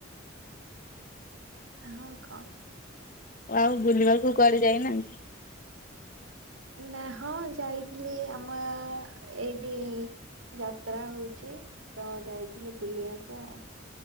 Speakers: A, on the right; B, on the left.
A: ହଁ କ?
B: ଆଉ ବୁଲିବାକୁ କୁଆଡେ ଯାଇନାହାନ୍ତି।
A: ନା ହଁ ଯାଇଥିଲି ଆମ ଏଇଟି ଯାତ୍ରା ହଉଚି ତ ଯାଇଥିଲୁ ବୁଲିବାକୁ ଆଉ।